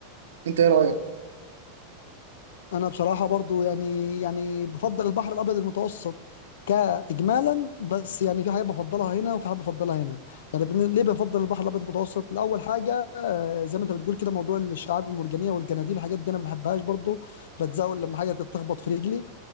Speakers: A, on the right (about 80°); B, on the left (about 75°).
A: انت ايه رايك
B: انا بصراحه برضو يعني يعني بفضل البحر الابيض المتوسط كاجمالا بس يعني في حاجه بفضلها هنا وفي حاجه بفضلها هنا يعني بالن- ليه بفضل البحر الابيض المتوسط لاول حاجه آه، زي ما انت بتقول كده موضوع الشعاب المرجانيه والجناديل الحاجات دي انا ما بحبهاش برضو بتزاول لما حاجه تتخبط في رجلي